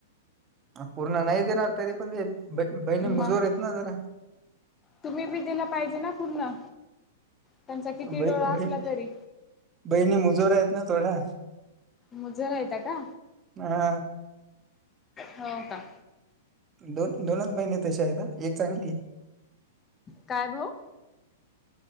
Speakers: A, on the right (about 20°); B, on the left (about 20°).
A: पूर्ण नाही देणार तरी पण, बहिणी
B: मग
A: मजोर आहेत ना जरा.
B: तुम्ही बी दिला पाहिजे ना पूर्ण, त्यांचा किती ही
A: बै-
B: डोळा असला
A: बै-
B: तरी.
A: बहिणी मजूऱ्या आहेत ना थोड्या.
B: मुजरा येता का,
A: हा
B: हो का.
A: दोन दोनच बहिणी तसे आहेत, हं एक चांगली ये.
B: काय भाऊ.